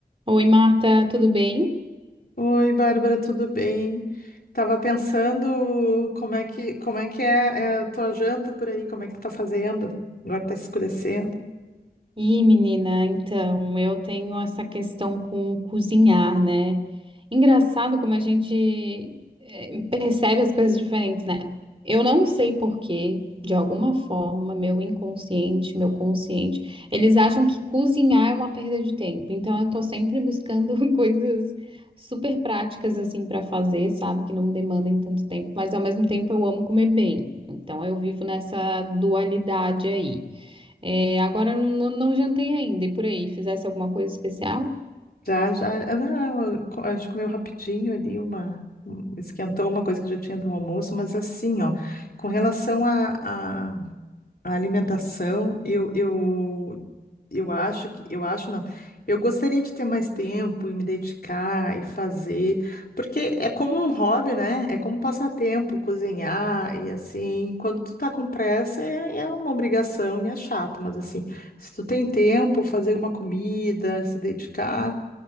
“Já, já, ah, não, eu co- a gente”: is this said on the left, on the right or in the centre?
Left